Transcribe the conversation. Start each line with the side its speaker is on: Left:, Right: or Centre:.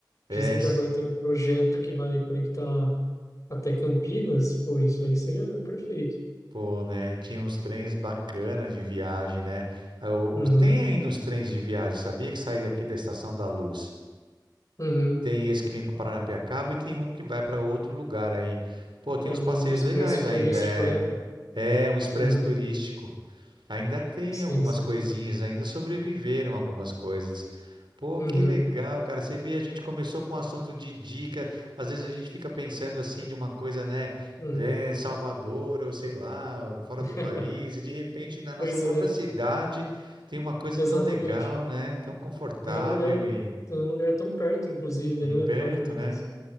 Left: Dizem
Right: é,
Left: que
Right: s-
Left: agora tem um projeto que vai conectar até Campinas. Pô, isso aí seria perfeito.
Right: pô, né, tinha uns trens bacanas de viagem, né? Ah, o-
Left: Uhum.
Right: Os, tem ainda uns trens de viagem, sabia que saí daqui da Estação da Luz.
Left: Uhum.
Right: Tem esse que vem para Paranapiacaba e tem um que vai para outro lugar aí. Pô, tem
Left: É
Right: uns
Left: o
Right: passeios
Left: expresso
Right: legais ainda.
Left: turístico,
Right: É,
Left: né?
Right: é um expresso
Left: Uhum.
Right: turístico. Ainda tem
Left: Sim,
Right: algumas
Left: sim.
Right: coisinhas, ainda sobreviveram algumas coisas. Pô,
Left: Uhum.
Right: que legal, cara. Você vê, a gente começou com um assunto de dica. Às vezes a gente fica pensando assim de uma coisa, né?
Left: Uhum.
Right: É, Salvador, ou sei lá, fora
Left: <laughs>
Right: do país, e de repente na nossa
Left: Pois
Right: própria
Left: é.
Right: cidade tem uma coisa
Left: Exatamente.
Right: tão legal, né? Tão confortável
Left: E é um lugar, é
Right: e,
Left: um lugar tão perto, inclusive,
Right: e
Left: né?
Right: perto,
Left: Afinal de contas.
Right: né?